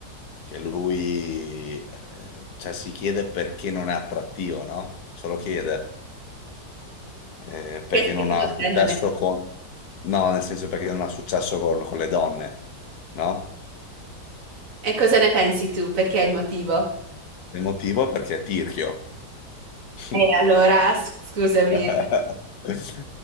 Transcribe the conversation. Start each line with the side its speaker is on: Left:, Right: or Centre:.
Left: che lui eh, cioè, si chiede perché non è attrattivo, no? Se lo chiede. Eh, perché
Right: Che
Left: non
Right: secondo
Left: ha
Right: te
Left: successo
Right: non è?
Left: con... No, nel senso perché non ha successo con, con le donne, no?
Right: E cosa ne pensi tu? Perché è il motivo?
Left: Il motivo è perché è tirchio. <laughs>
Right: E allora, s- scusami.
Left: <laughs>
Right: Eh